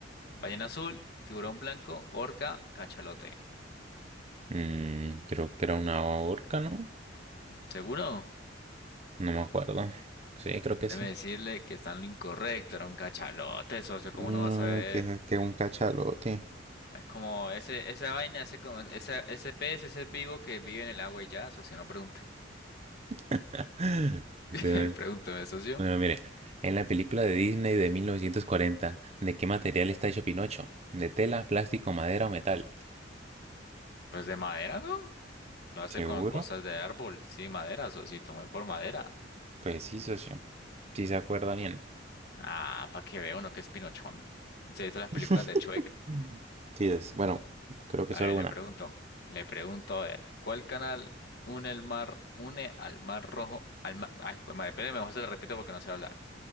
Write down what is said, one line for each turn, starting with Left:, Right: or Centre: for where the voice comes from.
Left: ¿Ballena azul, tiburón blanco, orca, cachalote?
Right: Mm, creo que era una orca, ¿no?
Left: ¿Seguro?
Right: No me acuerdo. Sí, creo que
Left: Déjeme
Right: sí.
Left: decirle que está en lo incorrecto, era un cachalote, socio,
Right: <laughs>
Left: ¿cómo
Right: No,
Left: no vas a ver?
Right: que, que un cachalote.
Left: Es como ese, esa vaina, ese, como, esa- ese pez, ese ser vivo que vive en el agua y ya, socio, no pregunte.
Right: <laughs>
Left: <laughs>
Right: Este, Bueno,
Left: Pregúnteme, socio.
Right: bueno, mire. En la película de Disney de 1940, ¿de qué material está hecho Pinocho? ¿De tela, plástico, madera o metal?
Left: Pues de madera, ¿no? Lo hace
Right: ¿Seguro?
Left: con cosas de árbol. Sí, madera, socito, me voy por madera.
Right: Pues sí, socio. Sí se acuerda bien.
Left: Ah, para que vea uno que es pinochón. Se hizo las
Right: <laughs>
Left: películas de Chueca.
Right: Sí, des- bueno, creo que
Left: A
Right: solo
Left: ver,
Right: una.
Left: le pregunto, le pregunto, a ver, ¿cuál canal une el mar, une al mar rojo, al mar... Ay, pues madre, espérame, mejor se lo repito porque no sé hablar.